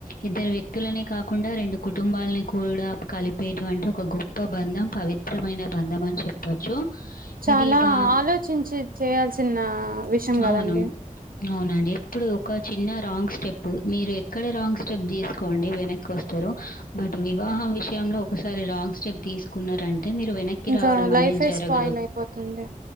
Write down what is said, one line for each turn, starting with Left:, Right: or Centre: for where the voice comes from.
Left: ఇద్దరు వ్యక్తులనే కాకుండా రెండు కుటుంబాలని కూడా కలిపేటువంటి ఒక గొప్ప బ బంధం పవిత్రమైన బంధం అని చెప్పొచ్చు
Right: చాలా
Left: ఇది బా
Right: ఆలోచించి చేయాల్సిన విషయం కదండి
Left: అవును. అవునండి ఎప్పుడు ఒక చిన్న రాంగ్ స్టెప్ పు మీరు ఎక్కడ రాంగ్ స్టెప్ తీసుకోండి వెనక్కి వస్తారు బట్ వివాహం విషయంలో ఒకసారి రాంగ్ స్టెప్ తీసుకున్నారంటే మీరు వెనక్కి
Right: ఇంకా
Left: రావడం
Right: లైఫే
Left: అనేది జరగదు
Right: స్పాయిల్ అయిపోతుంది